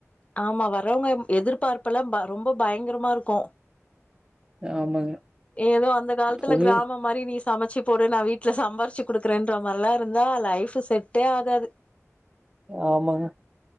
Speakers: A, on the left (about 25°); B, on the right (about 15°).
A: ஆமா வரவங்க எதிர்பார்ப்பல்லா ரொம்ப பயங்கரமா இருக்கு
B: ஆமாங்க
A: ஏதோ அந்த காலத்துல
B: பொண்ணு
A: கிராம மாரி நீ சமச்சு போடு நா வீட்டு்ல சம்பாரிச்சு குடுக்குறேன்ற மார்ல இருந்தா லைஃபு செட்டே ஆகாது
B: ஆமாங்க